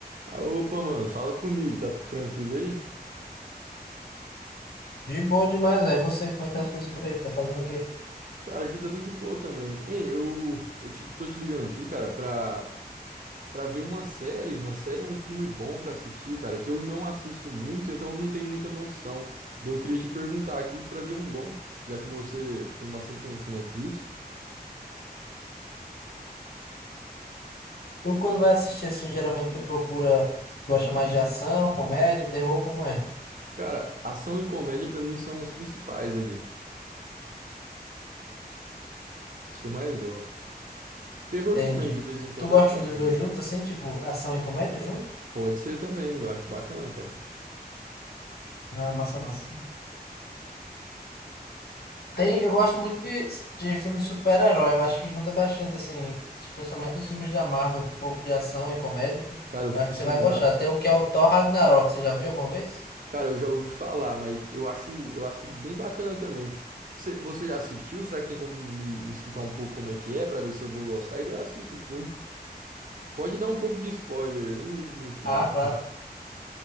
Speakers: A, on the right (about 55°); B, on the left (about 70°).
A: Ah, opa, mano, fala comigo, tá tranquilo aí?
B: De boa demais, velho. E você, como é que tá as coisas por aí? Tá fazendo o quê?
A: Cara, aqui tá tudo de boa também. Hein, eu, eu te- tô te ligando aqui, cara, pra, pra ver uma série, uma série ou um filme bom pra assistir, cara, que eu não assisto muito, então eu não tenho muita noção. Daí eu queria te perguntar aqui pra ver um bom, já que você tem bastante conhecimento disso.
B: Tu, quando vai assistir, assim, geralmente tu procura... Gosta mais de ação, comédia, terror, como é?
A: Cara, ação e comédia pra mim são os principais ali, os que eu mais gosto. Terror
B: Entendi.
A: também, de vez em quando,
B: Tu gosta
A: eu acho bacana.
B: dos dois juntos, assim? Tipo, ação e comédia junto?
A: Pode ser também, eu acho bacana, cara.
B: Ah, massa, massa. Tem, eu gosto muito de, de filme de super-herói. Eu acho que junta bastante, assim... Principalmente os filmes da Marvel. Um pouco de ação e comédia.
A: Cara, o-
B: Eu acho
A: os
B: que você
A: filmes.
B: vai gostar.
A: a
B: Tem um que é o Thor Ragnarok. Você já viu alguma vez?
A: Cara, eu já ouvi falar, mas eu acho, eu acho bem bacana também. Você, você já assistiu? Será que tem como me, me explicar um pouco como é que é, pra ver se eu vou gostar? E daí eu assisto o filme. Pode dar um pouco de spoiler, eu não ligo muito,
B: Ah,
A: não. <laughs>
B: claro.